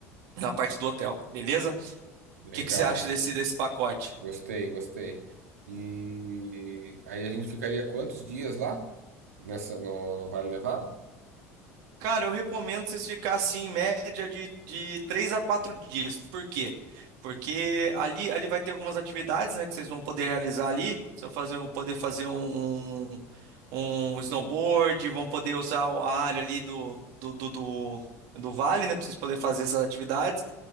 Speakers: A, on the right; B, on the right.
A: na parte do hotel, beleza? O
B: legal.
A: que que você acha desse, desse pacote?
B: Gostei, gostei. E aí a gente ficaria quantos dias lá? Nessa, no, no Vale Nevado?
A: Cara, eu recomendo vocês ficar assim em média de, de 3 a 4 dias. Por quê? Porque ali, ali vai ter algumas atividades, né, que vocês vão poder realizar ali. Vocês vão fazer, um- poder fazer um, um um snowboard, vão poder usar a área ali do, do, do, do, do vale, né, para vocês poderem fazer essas atividades,